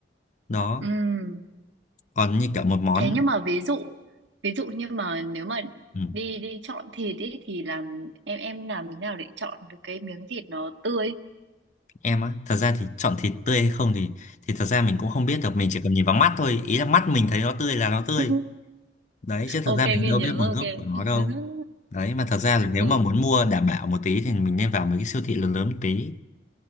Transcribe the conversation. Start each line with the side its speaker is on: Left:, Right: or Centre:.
Left: đó
Right: ừ
Left: còn như kiểu một món
Right: thế nhưng mà ví dụ ví dụ như mà nếu mà
Left: ừ,
Right: đi đi chọn thịt ấy thì làm em em làm thế nào để chọn được cái miếng thịt nó tươi
Left: em á thật ra thì chọn thịt tươi hay không thì thì thật ra mình cũng không biết được mình chỉ cần nhìn vào mắt thôi ý là mắt mình thấy nó tươi là nó tươi
Right: <laughs>
Left: đấy chứ thật
Right: ok
Left: ra mình
Right: ghi
Left: đâu
Right: nhớ
Left: biết nguồn gốc
Right: ok
Left: của nó
Right: <laughs>
Left: đâu đấy mà thật ra là nếu
Right: ừ
Left: mà muốn mua đảm bảo một tí thì mình nên vào mấy cái siêu thị lớn lớn một tí